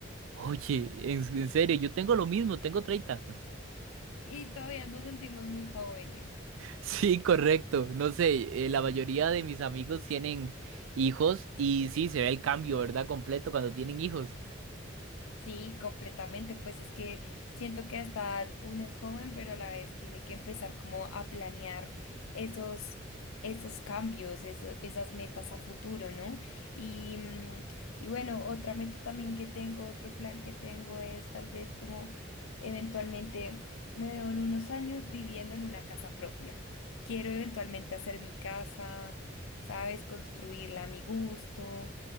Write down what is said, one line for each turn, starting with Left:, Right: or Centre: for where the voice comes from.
Right: Oye, en, en serio, yo tengo lo mismo, tengo treinta <laughs>
Left: y todavía nos sentimos muy jóvenes.
Right: Sí, correcto. No sé, eh, la mayoría de mis amigos tienen hijos y sí, se ve el cambio, ¿verdad? Completo cuando tienen hijos.
Left: Sí, completamente, pues es que siento que hasta uno es joven, pero a la vez tiene que empezar como a planear esos, esos cambios, eso- esas metas a futuro, ¿no? Y, mm, y bueno, otra meta también que tengo, otro plan que tengo es tal vez como eventualmente me veo en unos años viviendo en una casa propia. Quiero eventualmente hacer mi casa, ¿sabes? Construirla a mi gusto,